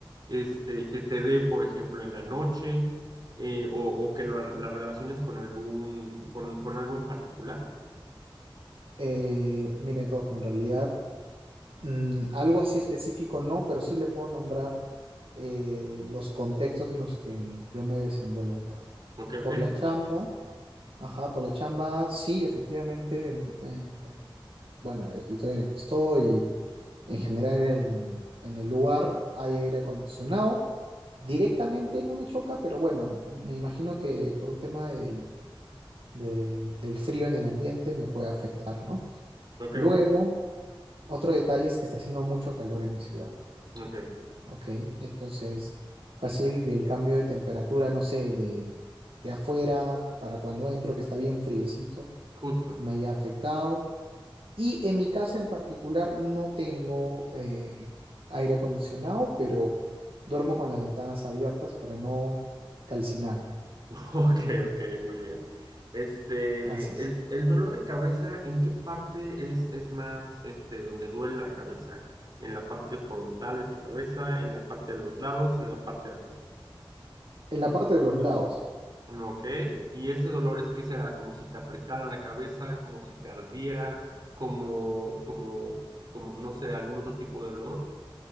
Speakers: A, on the right; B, on the right.
A: este, que te dé, por ejemplo, en la noche, eh, o, o que lo, la relaciones con algún, con, con algo en particular?
B: Eh, mire, Doc, en realidad mm, algo así específico no, pero sí le puedo nombrar eh, los contextos en los que yo me desenvuelvo. O sea,
A: Ok, ok,
B: por la chamba, Ajá, por la chamba, sí, efectivamente, en, en- en- bueno, en el escritorio en el que estoy, en general en, en el lugar hay aire acondicionado. Directamente no me choca, pero bueno, me imagino que por un tema del, del, del frío en el ambiente me puede afectar, ¿no?
A: ok,
B: Luego,
A: ok,
B: otro detalle es que está haciendo mucho calor en mi ciudad,
A: ok,
B: ¿ok? Entonces, fácil y el cambio de temperatura, no sé, de, de afuera para cuando entro, que está bien friecito,
A: justo.
B: me haya afectado. Y en mi casa en particular no tengo eh, aire acondicionado, pero duermo con las ventanas abiertas para no calcinarme.
A: <laughs> Ok,
B: Ujú,
A: ok, muy bien. Este,
B: Así es.
A: el, el dolor de cabeza, ¿en qué parte es, es más, este, donde duele la cabeza? ¿En la parte frontal de tu cabeza, en la parte de los lados, en la parte de atrás?
B: En la parte de los lados,
A: Ok, y ese dolor es que será como si te apretaran la cabeza, como si te ardiera, como, como, como, no sé, algún otro tipo de dolor.